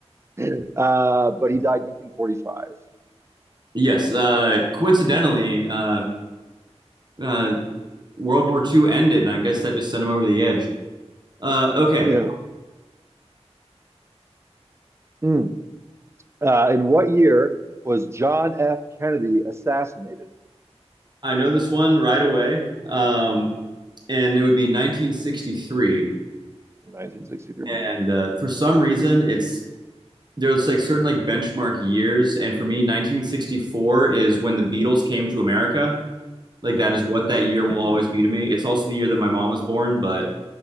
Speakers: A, on the right; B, on the right.
A: him. Uh, but he died in 1945.
B: Yes. Uh, coincidentally, uh, uh, World War Two ended, and I guess that just sent him over the edge. Uh, okay.
A: Yeah. Mm. Uh, in what year was John F. Kennedy assassinated?
B: I know this one right away. Um, and it would be 1963.
A: 1963.
B: And uh, for some reason, it's there's like certain like benchmark years. And for me, 1964 is when the Beatles came to America. Like that is what that year will always be to me. It's also the year that my mom was born, but